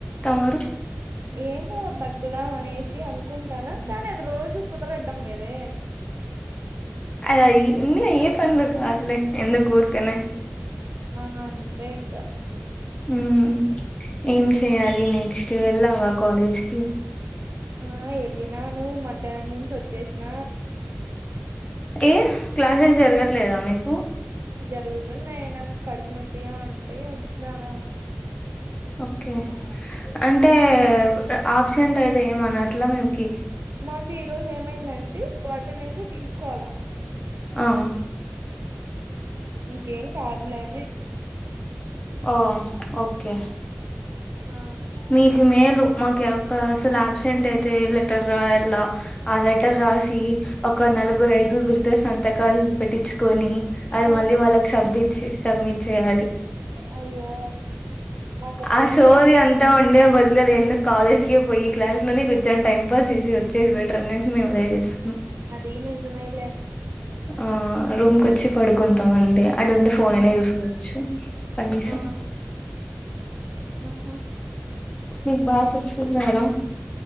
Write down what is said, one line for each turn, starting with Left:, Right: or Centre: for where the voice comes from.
Left: తమరు
Right: ఏమో బగ్ కుదాం అనేసి అనుకుంటాను కానీ అది రోజు కుదరడ్డం లేదే
Left: అద ఇం ఏ పన్లే కా అదులే ఎందుకు ఊర్కనే
Right: అంతే ఇంకా
Left: హ్మ్ ఏం చెయ్యాలి నెక్స్ట్ వెళ్ళావా కాలేజ్ కి
Right: ఆ వెళ్ళినాను మధ్యాహ్నం నుంచి వచ్చేసిన
Left: ఏ క్లాసెస్ జరగట్లేదా మీకు
Right: జరుగుతున్నయి నాకు కడుపు నొప్పి గా ఉంటే వచ్చినా గా
Left: ఓకే అంటే
Right: ఆ
Left: ఆబ్సెంట్ అయితే ఏం అనట్లా మీకి
Right: మాకు ఈ రోజు ఏమైందంటే అటెండెన్స్ తీసుకోలా
Left: ఆ
Right: ఇంకేం కాదులే అని
Left: ఓ ఓకే
Right: ఆ ఆ
Left: మీకు మేలు మాకు యక్క అసలు ఆబ్సెంట్ అయితే లెటర్ రాయలా ఆ లెటర్ రాసి ఒక నలుగురు ఐదుగురితో సంతకాలు పెట్టించుకొని అది
Right: ఆ
Left: మళ్ళీ వాళ్ళకి సబ్మిట్ సబ్మిట్ చేయాలి
Right: అయ్యా నాకట్టే
Left: ఆ
Right: ఏం
Left: సోది
Right: లేదు
Left: అంతా ఉండే బదులు ఎందుకు కాలేజ్ కే పోయి క్లాస్ లోనే కూర్చొని టైం పాస్ చేసి వచ్చేది బెటర్ అనేసి మేము పోయి వస్తాం
Right: అదీ నిజమేలే
Left: ఆ రూమ్ కొచ్చి పడుకుంటాం అంతే అటు ఉండి ఫోన్ అయినా
Right: ఆ
Left: చూసుకోవచ్చు కనీసం
Right: ఆ ఆహా
Left: మీకు బాగా చెప్తున్నారా